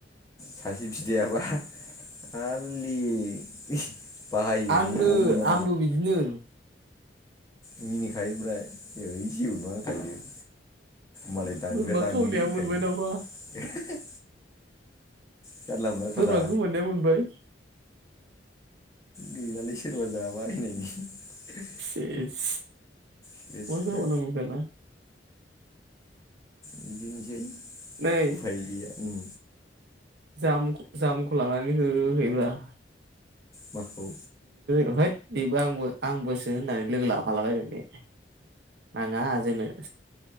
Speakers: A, on the left; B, on the right.
A: सासे बिदायाबा खालि <unintelligible>
B: आंनो
A: बर'आव मोना
B: आंबो बिदिनो
A: मिनिखायोओमफ्राय ओइ जेबोनङा हुनखायो मालाय दानग्रो
B: बोरमा
A: दानलै
B: खावनाया
A: होनखायो
B: मोनबाय नामा
A: जानला मोनला खाना
B: बोरमा गोमानाया मोनबाय
A: गैलालै सोरबा जाबायहोननायनि
B: सेस
A: सेसखा
B: मा जाबावनांगौ दाना
A: बिदिनिसै
B: नै
A: उफाय गैया ओं
B: जाम जाम्खौ लानानै होहैब्रा
A: माखौ
B: उहइत बेबो आंबो आंबोसो होननानै लोगो लाफालाबायबायलै मानो आङा जोंनो